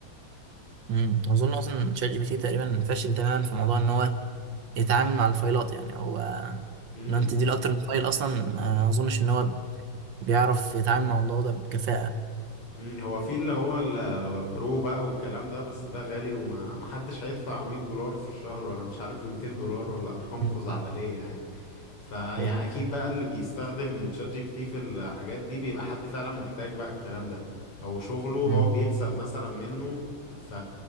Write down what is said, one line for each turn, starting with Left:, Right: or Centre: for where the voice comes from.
Right: امم اظن اصلا شات جي بي تي تقريبا فاشل تماما في موضوع ان هو يتعامل مع الفايلات يعني هو
Left: امم
Right: لو انت تديله اكتر من فايل اصلا ما اظنش ان هو بيعرف يتعامل مع الموضوع ده بكفاءة
Left: أمم، هو في اللي هو البرو بقى والكلام ده بس ده غالي وما محدش هيدفع 100 دولار في الشهر ولا مش عارف ب 200 دولار ولا ارقام
Right: مم.
Left: خزعبلية يعني فيعني
Right: أيوة.
Left: اكيد بقى اللي بيستخدم تشات جي بي تي في الحاجات دي بيبقى حد فعلا محتاج بقى الكلام ده او شغله هو
Right: مم.
Left: بيكسب مثلا منه ف...